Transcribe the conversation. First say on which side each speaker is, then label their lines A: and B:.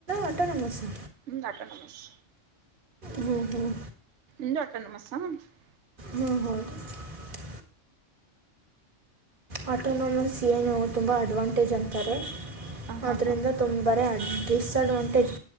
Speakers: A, on the right; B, on the right.
A: ಆಟೋನಮಸ್ಸಾ
B: ಹ್ಮ ಕ ನಮಸ್
A: ಹ್ಮ್ ಹ್ಮ್
B: ಏನ್ಯಾಡುತ್ತಾನೆ, ನಮತಾರ. <inaudible>
A: ಹ್ಮ್ಮ್ಹ್ಮ್. <unintelligible> ಆಟೋನಾಮಸ್, ಏನು, ತುಂಬ, ಅಡ್ವಾಂಟೇಜ್ ಅಂತಾರೆ? <unintelligible>
B: ಹಾಂ
A: ಆದದರಿಂದ,
B: ಹಾಂ
A: ತುಂಬರೆ, ಅಡ್ರಿಸಡ್, ಡಿಸ್ ಅಡ್ವಾಂಟೇಜ್,